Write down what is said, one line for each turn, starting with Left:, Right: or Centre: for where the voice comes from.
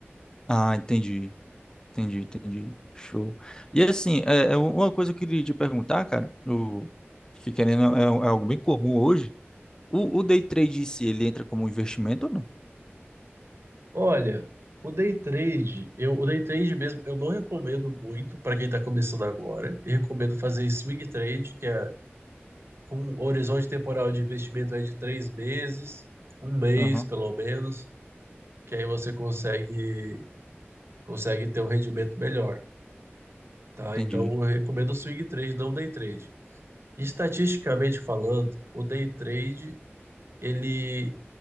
Left: Ah, entendi. Entendi, entendi. Show. E assim, é, é uma coisa que eu queria te perguntar, cara, o, que querendo é, é algo bem comum hoje O, o day trade em si, ele entra como um investimento ou não?
Right: Olha, o day trade, eu, o day trade mesmo, eu não recomendo muito para quem está começando agora. Eu recomendo fazer swing trade, que é com um horizonte temporal de investimento aí de três meses, um mês
Left: Aham,
Right: pelo menos, que aí você consegue, consegue ter um rendimento melhor, tá?
Left: entendi.
Right: Então eu recomendo o swing trade, não o day trade. Estatisticamente falando, o day trade, ele,